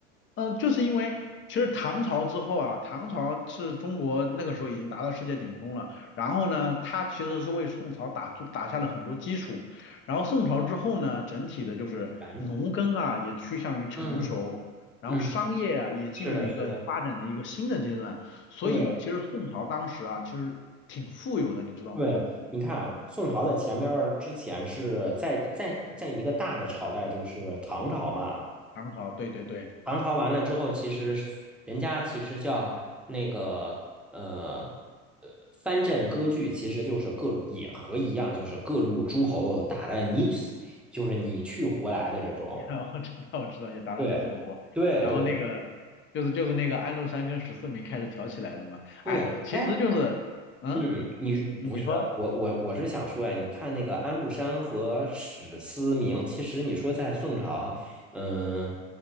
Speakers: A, on the left; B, in the centre.
A: 嗯，就是因为其实唐朝之后啊，唐朝是中国那个时候已经达到世界顶峰了。然后呢，它其实是为宋朝打出打下了很多基础。然后宋朝之后呢，整体的就是农耕啊也趋向于成熟，
B: 然。嗯
A: 然后商业啊也进入一个发展的一个新的阶段。
B: 嗯，是的，是的，
A: 所以其实宋朝当时啊，
B: 对
A: 其实挺富有的，你知道吗？
B: 对，你看啊宋朝的前面儿之前是在在在一个大的朝代，就是唐朝嘛。
A: 唐朝，对对对。
B: 唐朝完了之后，其实是人家其实叫那个呃呃藩镇割据，其实就是各路也和一样，就是各路诸侯打的你死就是你去活来的这种。
A: <laughs> 你然我知道我知道，也达芬你死我锅。
B: 对
A: 然后那个就是就是那个安禄山跟十四名开始挑起来的嘛。
B: 对对对，
A: 哎，其实就是，
B: 哎，
A: 嗯，
B: 嗯，你是不是啊我我我是想说呀，
A: 你说
B: 你看那个安禄山和史思明，其实你说在宋朝，嗯，